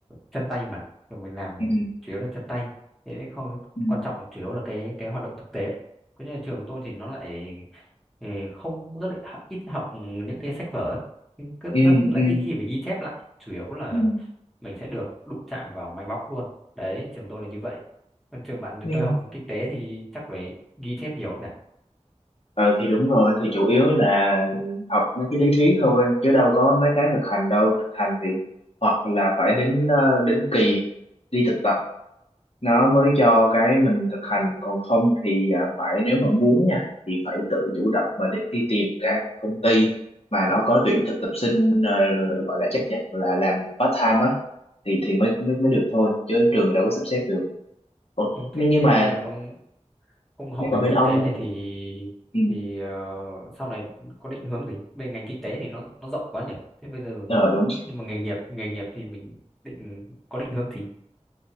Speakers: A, in the centre; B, on the left.
A: chân tay mà kiểu mình làm
B: ừ
A: chủ yếu là chân tay thế nên không
B: ừ
A: quan trọng chủ yếu là cái cái hoạt động thực tế có nhà trường tôi thì nó lại ờ, không rất là h- ít học những cái sách vở ấy. Nhưng cứ
B: ừ
A: rất là
B: ừ
A: ít khi phải ghi chép lại chủ yếu là
B: ừ.
A: mình sẽ được đụng chạm vào máy móc luôn đấy trường tôi là như vậy còn trường bạn thì
B: nhưng
A: tôi học kinh tế thì chắc phải ghi chép nhiều lắm nhỉ
B: ờ, thì đúng rồi thì chủ yếu là học mấy cái lý thuyết thôi chứ đâu có mấy cái thực hành đâu thực hành thì hoặc là phải đến ờ, đến kỳ đi thực nó mới cho cái mình thực hành còn không thì à, phải nếu mà muốn nha thì phải tự chủ động mà để đi tìm các công ty mà nó có tuyển thực tập sinh ờ, gọi là chấp nhận là làm part time á thì thì mới mới mới được thôi chứ trường đâu có sắp xếp được Ủa,
A: Ừ, thế,
B: nhưng nhưng
A: thế
B: mà
A: bây giờ ông ông học
B: nhưng mà
A: ngành
B: bên
A: kinh
B: ông
A: tế này thì
B: ừ,
A: thì ờ, sau này có định hướng gì? Bên ngành kinh tế thì nó nó rộng quá nhỉ. Thế bây giờ
B: ờ đúng
A: nhưng mà nghề nghiệp nghề nghiệp thì mình định có định hướng gì? <laughs>